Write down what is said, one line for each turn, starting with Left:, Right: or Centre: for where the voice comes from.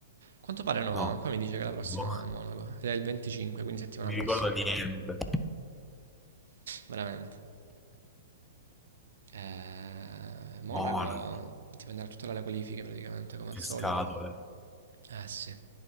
Right: Quanto pare no,
Centre: No,
Right: qua mi dice che la prossima
Centre: Boh,
Right: è Monaco ed è il 25, quindi settimana
Centre: non
Right: prossima.
Centre: mi ricordo niente.
Right: <laughs> Veramente. Eh, Monaco
Centre: Monaco,
Right: dipenderà tutto dalle qualifiche praticamente, come
Centre: che
Right: al solito.
Centre: scatole.
Right: Eh sì,